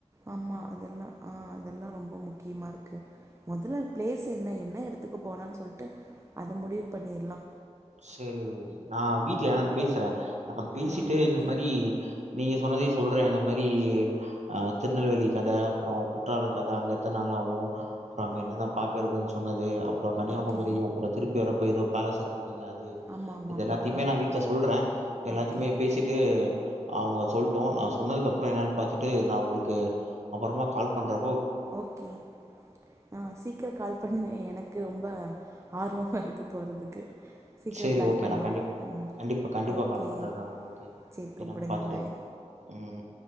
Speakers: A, on the right; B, on the right.
A: ஆமா அதெல்லா ஆஹ் அதெல்லாம் ரொம்ப முக்கியமா இருக்கு மொதல்ல ப்ளேஸ் என்ன என்ன இடத்துக்கு போனான்னு சொல்லிட்டு அத முடிவு பண்ணிரலா
B: செரி நான் வீடல என்னானு பேசறேன் நான் பேசிட்டு
A: ஆ ஓகே
B: இந்த மாறி நீங்க சொன்னதே சொல்றேன் இந்த மாதிரி அஹ் திருநெல்வேலி கத அப்பறம் குற்றாலம் கத அங்க எத்தன நாளாவும் அப்புறோ அங்க
A: ஆ
B: என்னலா பாககறதுன்னு சொன்னது அப்புறோ கன்னியாகுமரி
A: ஓகே
B: அப்புறோ திருப்பி வர ஏதோ பேலஸ் இருக் நீங்க அது
A: ஆமா ஆமா
B: இது
A: ஆமா
B: எல்லாத்தையுமே
A: ஆ
B: நான் வீட்ல சொல்றேன் எல்லாத்தையுமே
A: ஓகே
B: பேசிட்டு அவங்க சொல்ட்டும் நான் சொன்னதுக்கப்புறோ என்னன்னு பாத்துட்டு நான் உங்களுக்கு அப்பறமா கால் பண்றே
A: ஓகே ஆ சீக்கிரம் கால் பண்ணுங்க எனக்கு ரொம்ப ஆர்வமா இருக்கு போறதுக்கு சீக்கிரோ
B: செரி
A: பிளான்
B: ஓகே
A: பண்லா
B: நான் கண்டி
A: ம்
B: கண்டிப்பா கண்டிப்பா
A: ஓகே
B: கால் பண்றேன் நான் உங்களுக்கு
A: சேரி கூப்புடுங்க
B: என்னன்னு பாத்துட்டு
A: பாய்
B: உம்